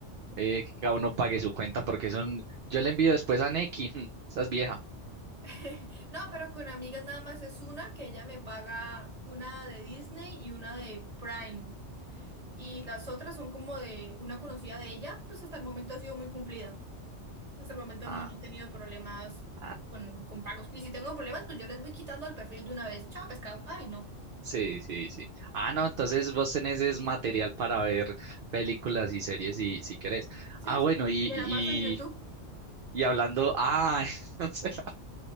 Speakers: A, on the right (about 55°); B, on the right (about 35°).
A: eh, que cada uno pague su cuenta porque son... Yo le envío después a Neki, mm, <laughs> esa es vieja.
B: <laughs> no, pero con amigas nada más es una que ella me paga una de Disney y una de Prime. Y las otras son como de una conocida de ella, pues hasta el momento ha sido muy cumplida. Hasta el momento
A: Ah,
B: no, no he tenido problemas
A: ah,
B: con, con pagos. Y si tengo problemas, pues yo les voy quitando el perfil de una vez. Chao, pescado. Ay, no.
A: sí, sí, sí. Ah, no, entonces vos tenés es material para ver películas y series si, si querés.
B: Sí,
A: Ah,
B: sí,
A: bueno, y,
B: me
A: y
B: la paso en YouTube.
A: Y hablando, ah, <laughs> entonces,